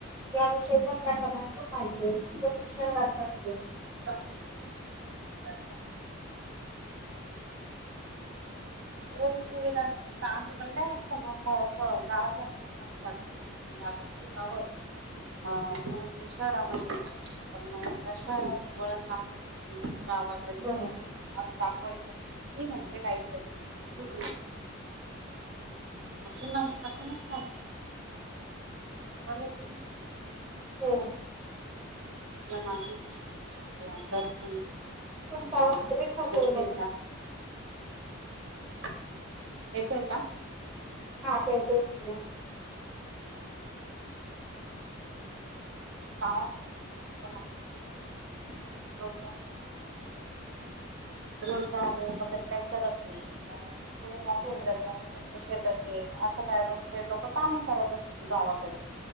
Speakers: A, on the right; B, on the right.
A: याविषयी पण त्यांना भरपूर माहिती असते, जी शिक्षणात नसते.
B: <unintelligible> सोयी सुविधा न आहे पण काय असतं ना गावातल्या मुलांनां असं वाटतं ना, आणि आपण शिकाव. म्हणून तर शहरामध्ये येत असतात, पण मग त्या शहराचे वळण लागत. गावात
A: बरोबर
B: असं दाखवायचं, मी म्हणजे काहीतरीच. असं न असं नसावं. बरोबर कि नाही.
A: हो
B: आपल्या मातीचा, आपल्या तथ्यांचा,
A: तुमचा
B: आपल्या
A: आवाज ब्रेक होतोय
B: गोष्टींचा.
A: मध्ये
B: <inaudible> येतोय का?
A: हा आता येतोय पुर्ण.
B: गावाकडे कस असतं ना <inaudible> लोक रोजगार वगैरे काही करत नाही मग या
A: बरोबर
B: शेतात आणि तुमच्या शेतात असं काय पण करून ते लोक काम करत असतील गावाकडे.